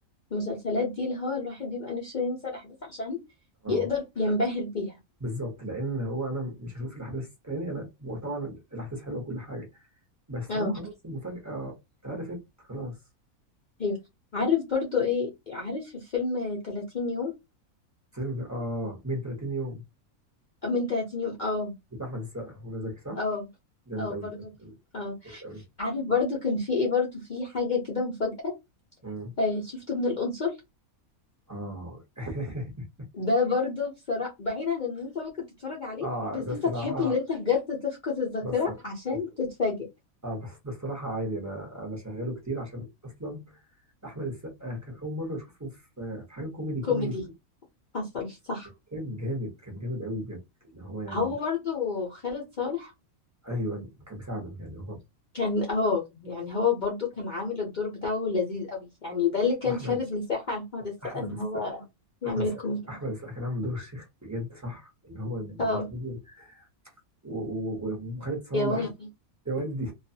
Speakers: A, on the left; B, on the right.
A: المسلسلات دي اللي هو الواحد بيبقى نفسه ينسى الاحداث عشان
B: اه
A: يقدر ينبهر بيها
B: بالظبط لان هو انا مش هشوف الاحداث تاني انا وطبعا الاحداث حلوه وكل حاجه بس طالما
A: اه
B: خلاص المفاجاه اتعرفت خلاص
A: ايوه عارف برضو ايه عارف في فيلم 30 يوم
B: الفيلم ده اه من 30 يوم
A: أو من 30 يوم اه
B: بتاع احمد السقا ومنى زكي صح؟
A: اه
B: جامد
A: اه برضو
B: قوي جامد قوي
A: اه
B: جامد قوي
A: عارف برضو كان في ايه برضو في حاجة كده مفاجأة
B: مم.
A: آه شفته من القنصل
B: اه <laughs>
A: ده برضو بصراحة بعيدا عن ان انت ممكن تتفرج عليه
B: اه
A: بس
B: ده الصراحه
A: انت تحب ان انت بجد تفقد الذاكرة
B: بس
A: عشان
B: بس
A: تتفاجئ
B: اه بس ده الصراحه عادي انا انا شغاله كتير عشان اصلا احمد السقا كان اول مره اشوفه في في حاجه كوميدي كوميدي
A: كوميدي
B: كده
A: حصل صح
B: كان جامد كان جامد قوي بجد اللي هو يعني
A: هو برضو خالد صالح
B: ايوه كان بيساعده يعني هو
A: كان اه يعني هو برضو كان عامل الدور بتاعه لذيذ قوي يعني ده اللي كان
B: واحمد
A: فارد مساحة لأحمد السقا
B: احمد
A: ان
B: السقا
A: هو يعمل
B: احمد السقا
A: الكوميدي
B: احمد السقا كان عامل دور الشيخ بجد صح اللي هو مش
A: اه
B: راجل و- و- و- وخالد صالح
A: يا والدي
B: يا والدي